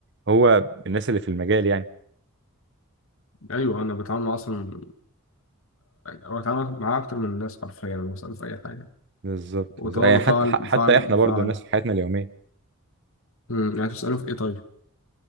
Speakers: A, on the right; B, on the left.
A: هو الناس اللي في المجال يعني
B: ايوه انا بتعامل مع اصلا او بتعامل معاه اكتر من الناس حرفيا انا بساله في اي حاجه
A: بالظبط
B: وطبعا
A: بالظبط. يعني
B: بفعل
A: حتى ح-
B: بفعل
A: حتى احنا
B: بفعل
A: برضو الناس في حياتنا اليوميه
B: مم، يعني تساله في ايه طيب